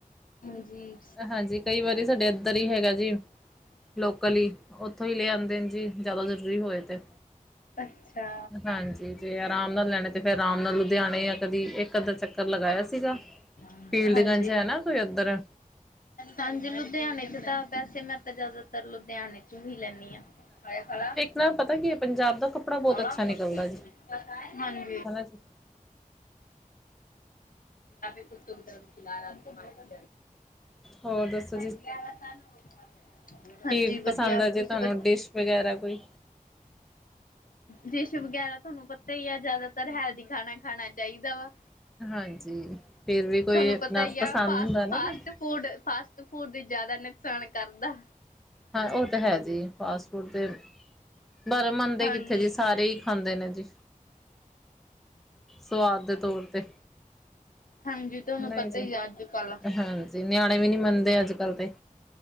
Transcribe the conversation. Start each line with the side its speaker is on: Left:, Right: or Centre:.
Left: ਜੀ।
Centre: ਹਾਂਜੀ, ਕਈ ਵਾਰੀ ਸਾਡੇ ਏਧਰ ਈ ਹੈਗਾ ਜੀ।
Left: <unintelligible>
Centre: ਲੋਕਲ ਈ, ਔਥੋਂ ਈ ਲੈ ਆਉਂਦੇ ਨੇ ਜੀ, ਜਾਦਾ ਜ਼ਰੂਰੀ ਹੋਏ ਤੇ।
Left: ਅੱਛਾ।
Centre: ਹਾਂਜੀ, ਜੇ ਆਰਾਮ ਨਾਲ ਲੈਣੇ ਤੇ ਫੇਰ ਰਾਮ ਨਾਲ ਲੁਧਿਆਣੇ ਜਾਂ ਕਦੀ ਏਕ ਅੱਧਾ ਚੱਕਰ ਲਗਾਇਆ ਸੀਗਾ,
Left: ਹਾਂਜੀ,
Centre: ਫੀਲਡ ਗੰਜ ਹੈ ਨਾ। ਕੋਈ ਅੰਦਰ ਐ
Left: ਹਾਂਜੀ ਲੁਧਿਆਣੇ ਚ ਤਾਂ, ਵੈਸੇ ਮੈਂ ਤੇ ਜ਼ਿਆਦਾਤਰ ਲੁਧਿਆਣੇ ਤੋ ਹੀ ਲੈਂਨੀ ਆਂ। ਹਯੇ ਖਲਾ
Centre: ਮੈਂਮ ਪਤਾ ਕੀ ਹੈ, ਪੰਜਾਬ ਦਾ ਕੱਪੜਾ ਬਹੁਤ
Left: ਬੜਾ
Centre: ਅੱਛਾ
Left: ਮੁਸ਼ਕਿਲ
Centre: ਨਿਕਲਦਾ
Left: ਜੀ, ਹਾਂਜੀ
Centre: ਹਨਾ ਜੀ
Left: ਪੇ ਕੁ ਤਰ ਖਲਾ ਰਿ <inaudible> ਠ
Centre: ਹੋਰ ਦੱਸੋ ਜੀ
Left: ਗਿਆ ਸ <unintelligible> ਹਾਂਜੀ,
Centre: ਕੀ ਪਸੰਦ
Left: ਵਧੀਆ
Centre: ਆ ਜੇ
Left: ਤੁਸੀਂ
Centre: ਤੁਹਾਨੂੰ
Left: ਬ
Centre: ਡਿਸ਼ ਵਗੈਰਾ ਕੋਈ
Left: ਡੀਸ਼ ਵਗੈਰਾ ਤੁਹਾਨੂੰ ਪਤਾ ਹੀ ਐ, ਜ਼ਿਆਦਾਤਰ ਹੈਲਦੀ ਖਾਣਾ ਖਾਣਾ ਚਾਹੀਦਾ ਵਾ
Centre: ਹਾਂਜੀ, ਫਿਰ ਵੀ ਕੋਈ
Left: ਤੁਹਾਨੂੰ
Centre: ਆਪਨਾ
Left: ਪਤਾ ਹੀ ਆ
Centre: ਪਸੰਦ
Left: ਫਾਸਟ
Centre: ਹੁੰਦਾ ਨਾ
Left: ਫਾਸਟ
Centre: ਫਿਰ
Left: ਫੂਡ ਫਾਸਟ ਫੂਡ ਵੀ ਜ਼ਿਆਦਾ ਨੁਕਸਾਨ ਕਰਦਾ
Centre: ਹਾਂ ਉਹ ਤਾਂ ਹੈ ਜੀ, ਫਾਸਟ ਫੂਡ ਤੇ ਪਰ ਏ ਮਨਦੇ
Left: ਹਾਂਜੀ
Centre: ਕਿੱਥੇ ਜੀ, ਸਾਰੇ ਹੀ ਖਾਂਦੇ ਨੇ ਜੀ ਸਵਾਦ ਦੇ ਤੌਰ ਤੇ।
Left: ਹਾਂਜੀ ਤੁਹਾਨੂੰ
Centre: ਨਈ
Left: ਪਤਾ
Centre: ਜੀ,
Left: ਹੀ ਆ ਅੱਜ ਕੱਲ
Centre: ਹਾਂਜੀ ਨਿਆਣੇ ਵੀ ਨੀ ਮੰਨਦੇ ਅੱਜ ਕੱਲ ਤੇ।